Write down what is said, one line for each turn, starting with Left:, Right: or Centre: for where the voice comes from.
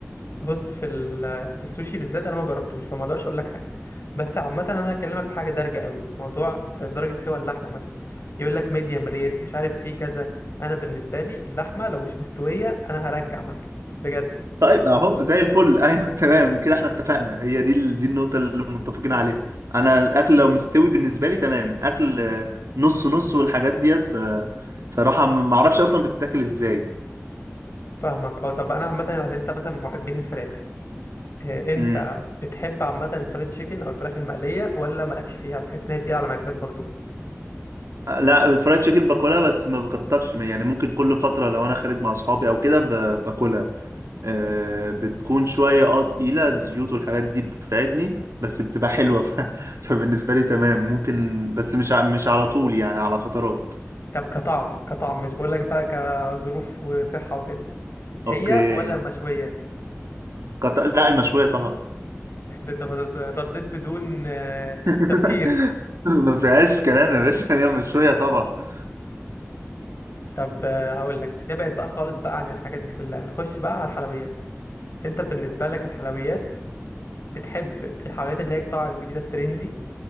Left: بص في ال- في السوشي بالذات انا ما جربتوش فما اقدرش اقول لك حاجه بس عامه انا هكلمك في حاجه دارجه قوي موضوع درجه سوى اللحمه مثلا يقول لك ميديم رير مش عارف ايه كذا انا بالنسبه لي اللحمه لو مش مستويه انا هرجع مثلا بجد
Right: طيب اهو زي الفل <laughs> ايوه تمام كده احنا اتفقنا هي دي ال- دي النقطه اللي متفقين عليها انا الاكل لو مستوي بالنسبه لي تمام اكل آه، نص نص والحاجات ديت آه، صراحه ما اعرفش اصلا بتتاكل ازاي
Left: فاهمك اه طب انا عامه عشان انت مثلا من محبين الفراخ آه، انت
Right: امم
Left: بتحب عامه الفرايد تشيكن او الفراخ المقليه ولا مالكش فيها بتحس ان هي تقيله على معدتك برضو
Right: لا الفرايد تشيكن باكلها بس ما بكترش يعني ممكن كل فترة لو انا خارج مع اصحابي او كده ب- باكلها آه بتكون شوية اه تقيلة الزيوت والحاجات دي بتتعبني بس بتبقى حلوة ف... <laughs> فبالنسبة لي تمام ممكن بس مش ع- مش على طول يعني على فترات
Left: طب كطعم كطعم مش بقولك بقى كظروف وصحه وكده هي
Right: اوكي
Left: ولا مشويه
Right: قط... لا المشوية طبعا
Left: <laughs> انت انت رديت بدون آه،
Right: <laughs>
Left: تفكير
Right: ما فيهاش كلام يا باشا هي مشوية طبعا
Left: طب هقول لك نبعد بقى خالص بقى عن الحاجات دي كلها نخش بقى على الحلويات انت بالنسبه لك الحلويات بتحب الحلويات اللي هي طالعه جديده الترندي